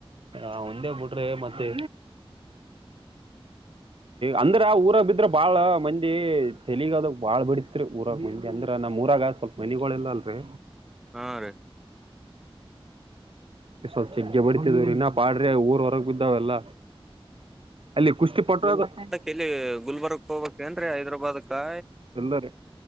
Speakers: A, on the right; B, in the centre.
A: ಹ ಒಂದೇ ಬೂಡ್ರೀ ಮತ್ತೆ ಅಂದ್ರ ಊರ ಬಿದ್ರ ಬಾಳ ಮಂದಿ ತೆಲಿಗದ ಬಾಳ್ ಬಿಡ್ತ್ರಿ ಊರ ಮಂದಿ ಅಂದ್ರೆ ನಮ್ಮ್ ಊರಾಗ ಸ್ವಲ್ಪ ಮನೆಗಳು ಇಲ್ಲ ಅಲ್ರರಿ
B: ಹಾ ರೀ
A: ಸ ಚ ಬ <unintelligible> ಇನ್ನ ಪಾಡ್ರಿ ಊರ್ ಹೊರಗೆ ಬಿದ್ದಾವೆಲ್ಲ ಅಲ್ಲಿ ಕುಸ್ತಿ ಪಟು <unintelligible>
B: ಇಲ್ಲಿ ಗುಲ್ಬರ್ಗ್ ಹೋಗ್ಬೇಕ್ ಏನ್ ರೀ ಹೈದ್ರಾಬಾದ್ ಕಾ
A: ಇಲ್ಲಾ ರೀ